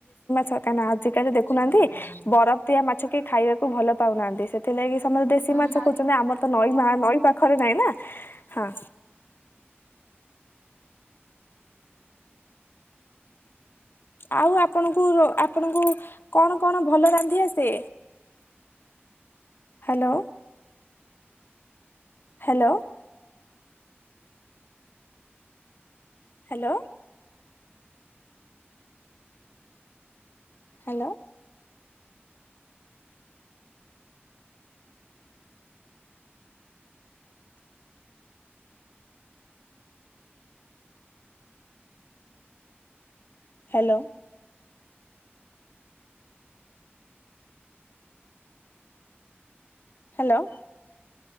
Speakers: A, on the left; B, on the right.
A: କାହିଁନା ଆଜିକାଲି ଦେଖୁନାହାନ୍ତି
B: ଉଁ ହୁଁ
A: ବରଫ ଦିଆ ମାଛ କେହି ଖାଇବାକୁ ଭଲ ପାଉନାହାନ୍ତି, ସେଥିଲାଗି ତମର ଦେଶୀ
B: ହୁଁ
A: ମାଛ
B: ଆଜି
A: କରୁଚନ୍ତି, ଆମର ତ ନଈ ନଈ ପାଖରେ ନାଇଁ ନା ହଁ ଆଉ ଆପଣଙ୍କୁ ଆପଣଙ୍କୁ କଣ କଣ ଭଲ ରାନ୍ଧିି ଆସେ? Hello hello hello. Hello. Hello. Hello.